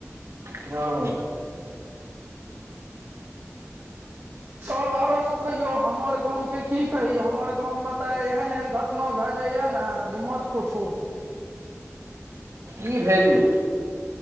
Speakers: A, on the right; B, on the right.
A: हँ।
B: <inaudible> तब आरो सब कहियौ हमर गाम के की कही हमर गाम मे त एहेन- एहेन घट ना भेए जाइये ने जे मत पुछू।
A: की भेल यौ?